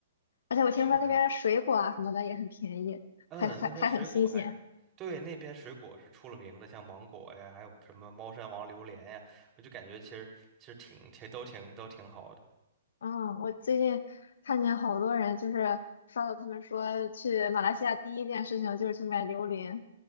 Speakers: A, on the left; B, on the right.
A: 而且我听说那边水果啊什么的也很便宜，
B: 是的。嗯，
A: 还还还很新鲜。
B: 那边水果还，对，那边水果是出了名的，像芒果呀，还有什么猫山王榴莲呀，我就感觉其实其实挺挺都挺都挺好的
A: 嗯，我最近看见好多人就是刷到他们说去马来西亚第一件事情就是去买榴莲。